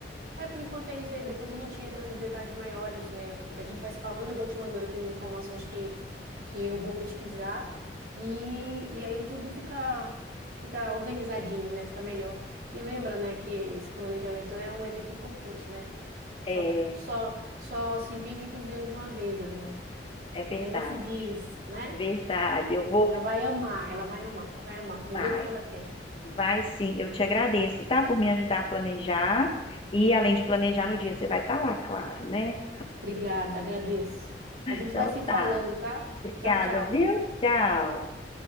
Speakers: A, on the right; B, on the left.
A: É, por enquanto é isso aí. Depois a gente entra nos detalhes maiores. É, a gente vai se falando, eu vou te mandando aqui as informações que, que eu vou pesquisar. E, e aí tudo fica, fica organizadinho, né? Fica melhor. E lembra, né, que esse planejamento é um evento importante, né?
B: É,
A: Só, só, só se vive 15 anos uma vez, Adriana.
B: é verdade.
A: Lembra-se disso, né?
B: Verdade. Eu vou.
A: Ela vai amar, ela vai amar, ela vai amar, do
B: Vai,
A: jeito que ela quer.
B: vai sim. Eu te agradeço, tá? Por me ajudar a planejar. E além de planejar no dia, você vai estar lá, claro, né?
A: Obrigada, agradeço. A gente
B: Então
A: vai se falando,
B: tá.
A: tá?
B: Obrigada,
A: Tchau, tchau.
B: viu? Tchau.